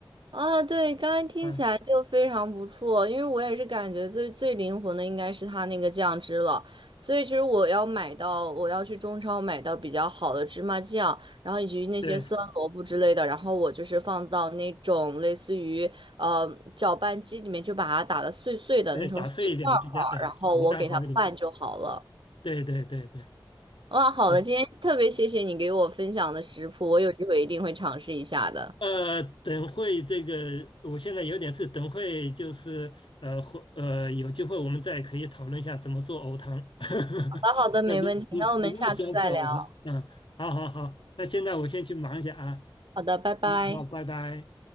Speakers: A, on the right; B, on the left.
A: 啊，对，刚刚听起来就非常不错，
B: 嗯，
A: 因为我也是感觉最最灵魂的应该是它那个酱汁了，所以其实我要买到，我要去中超买到比较好的芝麻酱，然后以及那些酸萝卜之类的，
B: 对，
A: 然后我就是放到那种类似于呃搅拌机里面，就把它打的碎碎的，
B: 对，
A: 弄成碎块儿块儿，
B: 打碎一点的比较，呃，
A: 然后我给它拌就好了。
B: 口感好一点。对对对对
A: 哇，好的，
B: 对，
A: 今天特别谢谢你给我分享的食谱，我有机会一定会尝试一下的。
B: 呃，等会这个，我现在有点事，等会就是呃，会呃，有机会我们再可以讨论一下怎么做藕汤。<laughs>
A: 好的，好的，没问题，
B: 呃你你你那么喜欢吃藕汤，
A: 那我们下次再聊。
B: 嗯，好好好，那现在我先去忙一下啊，
A: 好的，拜拜。
B: 嗯，好，拜拜。